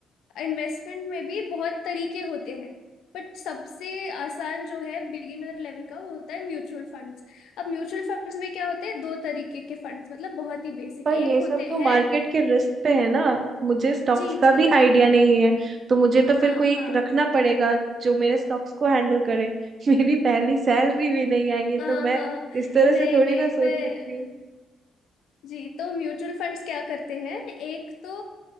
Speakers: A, on the left; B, on the right.
A: इन्वेस्टमेंट में भी बहुत तरीके होते हैं बट सबसे आसान जो है बिगिनर लेवल का वो होता है म्यूचुअल फंड्स अब म्यूचुअल फंड्स में क्या होते हैं दो तरीके के फंड्स मतलब बहुत ही बेसिक
B: पर
A: एक
B: ये सब
A: होते
B: तो
A: हैं
B: मार्केट के रिस्क पे है ना मुझे स्टॉक्स
A: जी
B: का
A: जी
B: भी
A: मैं
B: आइडिया नहीं है तो मुझे तो
A: हाँ
B: फिर कोई
A: हाँ
B: रखना पड़ेगा जो मेरे स्टॉक्स को हैंडल करे <laughs> मेरी पहली सैलरी भी नहीं आई है तो
A: हाँ
B: मैं
A: हाँ
B: इस तरह
A: नहीं
B: से थोड़ी
A: नहीं
B: ना सोच
A: मैं
B: सकती हूँ
A: जी तो म्यूचुअल फंड्स क्या करते हैं एक तो